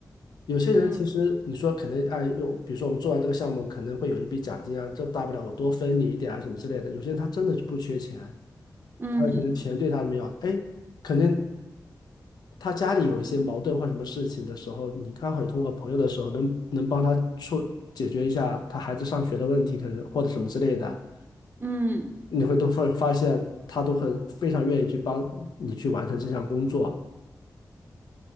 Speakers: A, on the left (about 85°); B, on the right (about 30°).
A: 有些人其实你说可能哎，
B: 嗯
A: 又比如说我们做完这个项目，可能会有一笔奖金啊，这大不了我多分你一点啊什么之类的。有些人他真的就不缺钱，
B: 嗯
A: 他可能钱对他没有，哎，可能他家里有一些矛盾或什么事情的时候，你刚好也通过朋友的时候能能帮他处解决一下他孩子上学的问题，可能或者什么之类的，
B: 嗯，
A: 你会都会发现他都很非常愿意去帮你去完成这项工作